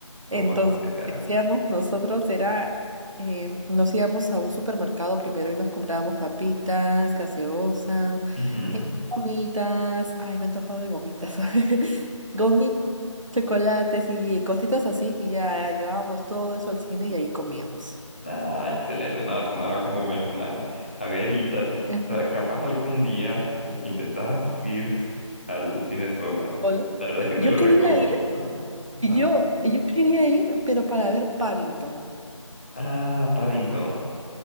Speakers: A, on the left; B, on the right.
A: son
B: Entonces,
A: bastante
B: lo
A: caros.
B: que hacíamos nosotros era, eh, nos íbamos a un supermercado primero y nos comprábamos papitas, gaseosas,
A: Ujú.
B: eh, gomitas. Ay, me he antojado de gomitas. <laughs> Gomitas chocolates y cositas así, y ya llevábamos todo eso al cine y ahí comíamos.
A: Ah, excelente. Nada, sonaba como buen plan. A ver, y, ta- y ta-
B: Ajá.
A: capaz algún día como que intentas ir s- al cine sola.
B: Hola.
A: La verdad es que te
B: Yo
A: lo
B: quería
A: recomiendo.
B: ir,
A: Ajá.
B: yo, yo quería ir, pero para ver Paddington.
A: Ah, Paddington.